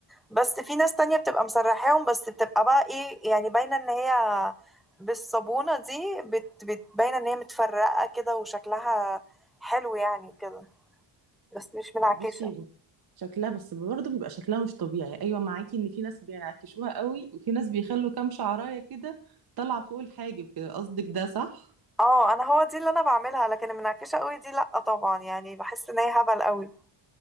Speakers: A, in the centre; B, on the right.
A: بس في ناس تانية بتبقى مسرحاهم بس بتبقى بقى ايه يعني باينه ان هي بالصابونه دي بت بت باينه ان هي متفرقه كده وشكلها حلو يعني كده بس مش منعكشه
B: بصي شكلها بس برضه بيبقى شكلها مش طبيعي ايوه معاكي ان في ناس بينعكشوها قوي وفي ناس بيخلوا كام شعرايه كده طالعه فوق الحاجب كده قصدك ده صح
A: اه انا هو دي اللي انا بعملها لكن المنعكشه قوي دي لا طبعا يعني بحس ان هي هبل قوي